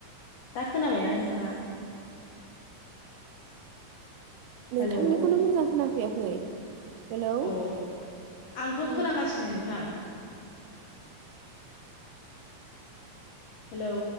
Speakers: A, on the left; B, on the right.
A: दा खोनाबायना नोंथाङा
B: नोंथांनिखौनो
A: हेलौ
B: मोजां खोनाफैयाखै हेलौ
A: अ आंथ'
B: उम।
A: खोनागासिनो नोंथां हेलौ